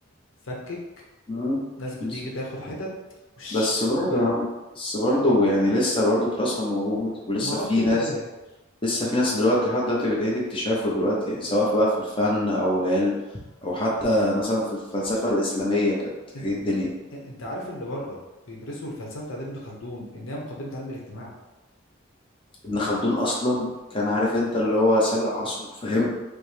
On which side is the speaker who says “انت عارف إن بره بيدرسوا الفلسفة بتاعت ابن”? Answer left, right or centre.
Left